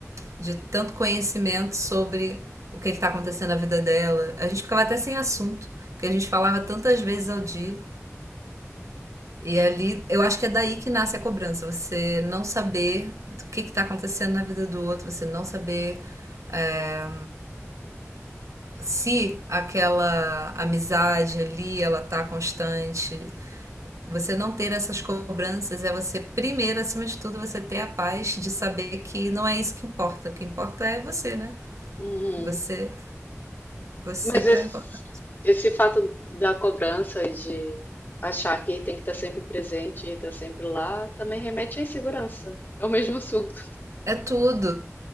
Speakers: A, on the right; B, on the left.
A: de tanto conhecimento sobre o que está acontecendo na vida dela. A gente ficava até sem assunto, porque a gente falava tantas vezes ao dia E ali, eu acho que é daí que nasce a cobrança. Você não saber o que está acontecendo na vida do outro, você não saber é, se aquela amizade ali ela tá constante. Você não ter essas cobranças é você, primeiro, acima de tudo, você ter a paz de saber que não é isso que importa. O que importa é você, né?
B: Uhum.
A: Você, você
B: Mas
A: que
B: esse,
A: é o importante.
B: esse fato da cobrança e de achar que tem que estar sempre presente, estar sempre lá, também remete à insegurança. É o mesmo assunto.
A: É tudo.